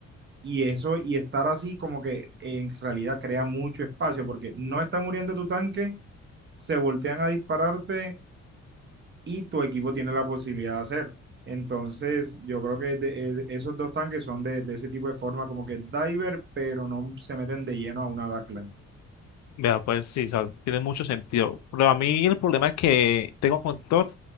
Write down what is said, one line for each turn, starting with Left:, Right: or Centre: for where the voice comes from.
Right: Y eso, y estar así como que en realidad crea mucho espacio porque no está muriendo tu tanque, se voltean a dispararte y tu equipo tiene la posibilidad de hacer. Entonces, yo creo que de- eh, esos dos tanques son de, de ese tipo de forma, como que diver, pero no se meten de lleno a una backline.
Left: Vea, pues sí, o sea, tiene mucho sentido. Pero a mí el problema que tengo con Thor